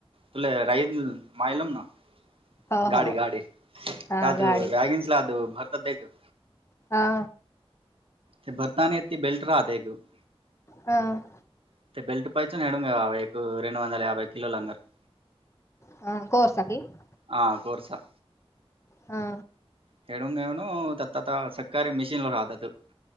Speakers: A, on the right (about 60°); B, on the left (about 25°).
A: तुला राहील माहिलम ना
B: हो
A: गाडी
B: हो
A: गाडी त्यात
B: हा गाडी
A: वॅगिनस ला भरतात <unintelligible>
B: हा
A: ते भरतानी यती बेल्ट राहते एक <unintelligible>
B: हम
A: <unintelligible>
B: हा कोर्सकीी <unintelligible>
A: हा कोर्चा
B: हा
A: <unintelligible>